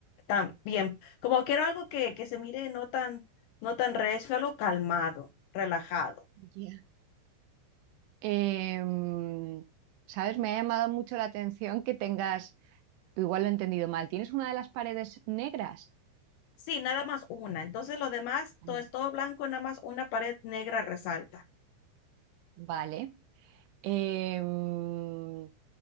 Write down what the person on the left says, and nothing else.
tan bien? Como quiero algo que, que se mire no tan, no tan recio, algo calmado, relajado.
Sí, nada más una. Entonces lo demás,
todo es todo blanco, nada más una pared negra resalta.